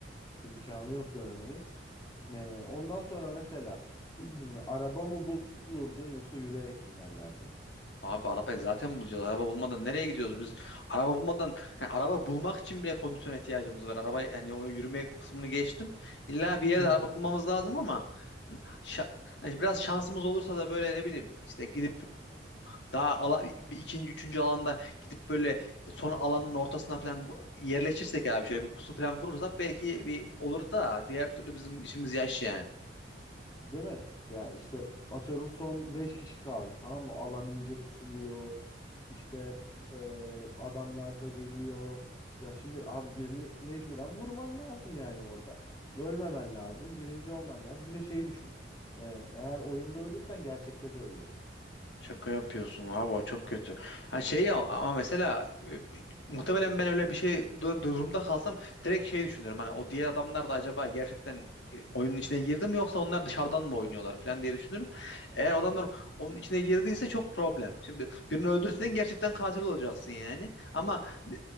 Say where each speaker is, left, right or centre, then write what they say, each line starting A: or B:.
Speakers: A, on the left (about 25°); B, on the left (about 75°).
A: İmkanı yok dönemeyiz. Ee, ondan sonra mesela <clears throat> araba mı bul- bulurdun yoksa yürüyerek mi ilerlerdin?
B: Abi arabayı zaten bulacağız. Araba bulmadan nereye gidiyoruz biz? Araba bulmadan yani araba bulmak için bile kondisyona ihtiyacımız var. Araba yani o yürüme kısmını geçtim. İlla bir yerde
A: <laughs>
B: araba bulmamız lazım ama hani şa- hani biraz şansımız olursa da böyle ne bileyim işte gidip daha ala, bir ikinci üçüncü alanda gidip böyle son alanın ortasına falan bu- yerleşirsek abi şöyle bir pusu falan kurursak belki bir olur da diğer türlü bizim işimiz yaş yani.
A: Değil mi? Ya işte atıyorum son 5 kişi kaldı tamam mı? Alan iyice küçülüyor. İşte eee adamlar da geliyor. Ya şimdi abi birini mecburen vurman lazım yani orada. Ölmemen lazım. Birinci olman lazım. Bir de şey düşün. Eee, eğer oyunda ölürsen gerçekte de ölüyorsun.
B: Şaka yapıyorsun abi o çok kötü. Ha şey ya ama mesela e, muhtemelen ben öyle bir şey du- durumda kalsam direkt şey düşünürüm. Hani o diğer adamlar da acaba gerçekten e, oyunun içine girdi mi yoksa onlar dışarıdan mı oynuyorlar falan diye düşünürüm. Eğer adamlar onun içine girdiyse çok problem. Şimdi birini öldürsen gerçekten katil olacaksın yani. Ama e,